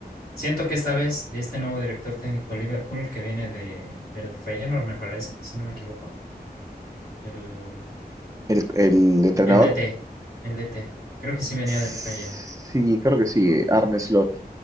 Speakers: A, on the left (about 65°); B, on the right (about 20°).
A: siento que esta vez este nuevo director técnico de Liverpool que viene de, del Feyenoord, me parece, si no me equivoco, el,
B: El, el entrenador,
A: el DT, el DT. Creo que sí venía
B: sí,
A: del Feyenoord.
B: creo que sí, Arne Slot,